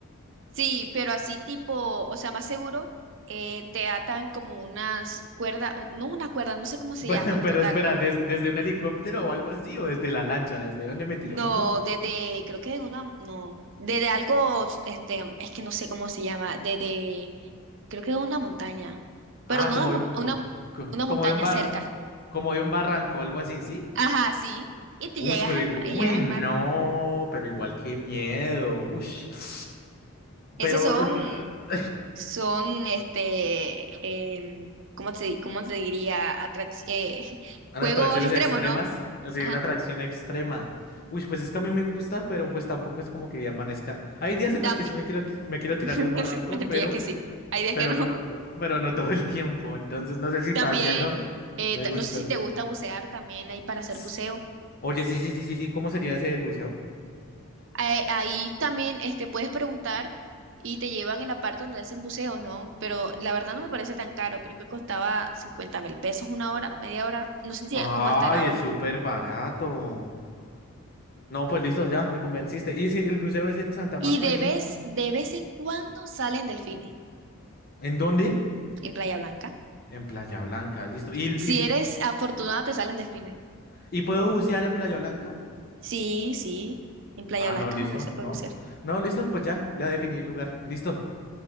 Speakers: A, on the right; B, on the left.
A: Sí, pero así tipo, o sea, más seguro, eh, te atan como unas cuerdas, no una cuerda, no sé cómo se
B: Bueno,
A: llama,
B: <laughs> pero
A: total
B: espera, ¿des- ¿desde un helicóptero o algo así? ¿O desde la lancha? ¿Desde dónde me tiró?
A: No,
B: <laughs>
A: desde, creo que de una, no, desde algo, este, es que no sé cómo se llama, desde, creo que de una montaña, pero
B: Ah,
A: no
B: como
A: una, mon-
B: de un,
A: una,
B: co- co-
A: una
B: como
A: montaña
B: de un bar,
A: cerca.
B: como de un barranco o algo así, ¿sí?
A: Ajá, sí, y te
B: Uy,
A: llegas
B: pero
A: al,
B: igu-
A: ma- y llegas
B: uy,
A: al
B: no,
A: mar.
B: pero igual qué miedo. Uy. <sighs>
A: Esos
B: Pero,
A: son,
B: eh,
A: son, este, em, ¿cómo te, cómo te diría? Atrac- eh, <laughs>
B: A
A: juegos
B: las atracciones
A: extremos,
B: extremas.
A: ¿no?
B: Así,
A: Ajá,
B: una atracción extrema. Uy, pues es que a mí me gusta, pero pues tampoco es como que amanezca. Hay días en
A: también.
B: los que sí me quiero, me quiero tirar
A: <laughs>
B: de un barranco,
A: Sí, Hay
B: pero,
A: días que sí, hay días
B: pero
A: que no.
B: no, pero no todo el tiempo. Entonces no sé si
A: También,
B: paseando
A: eh,
B: me
A: ta-
B: gustaría.
A: no sé si te gusta bucear, también hay para hacer
B: S-
A: buceo.
B: Oye, sí, sí, sí, sí, sí. ¿Cómo sería ese del buceo?
A: Ahí, ahí también este, puedes preguntar y te llevan en la parte donde hacen buceo, ¿no? Pero la verdad no me parece tan caro, creo que costaba cincuenta mil pesos una hora, media hora, no sé si
B: Ay,
A: cómo estará ahora.
B: es súper barato. No, pues listo, ya, me convenciste. Y si el buceo es en Santa
A: Y
B: Marta
A: de
B: y
A: vez,
B: en,
A: de vez en cuando salen delfines
B: ¿en dónde?
A: en Playa Blanca.
B: En Playa Blanca, listo. ¿Y, el-
A: Si
B: y,
A: eres afortunada, te salen delfines.
B: y puedo bucear en Playa Blanca?
A: Sí, sí, en Playa
B: Ah,
A: Blanca
B: no, listo,
A: es donde se puede
B: no.
A: bucear.
B: No, listo, pues ya, ya definí el lugar. Listo.